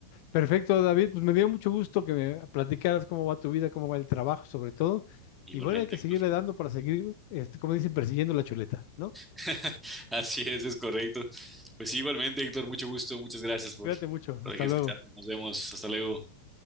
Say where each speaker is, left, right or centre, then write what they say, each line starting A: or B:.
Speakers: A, on the left; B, in the centre.
A: Perfecto, David. Pues me dio mucho gusto que me platicaras cómo va tu vida, cómo va el trabajo, sobre todo.
B: Igualmente,
A: Y bueno, hay que seguirle dando para seguir, este, como dicen, persiguiendo la chuleta, ¿no?
B: <laughs> Así es, es correcto. Pues sí, igualmente, Héctor, mucho gusto, muchas gracias por,
A: Cuídate mucho.
B: por
A: Hasta
B: aquí escucharme.
A: luego.
B: Nos vemos, hasta luego.